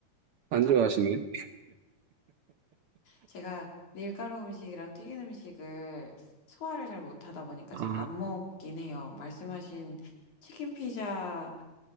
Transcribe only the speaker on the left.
제가 밀가루 음식이랑 튀긴 음식을 소화를 잘 못하다 보니까
잘 안 먹긴 해요. 말씀하신 치킨 피자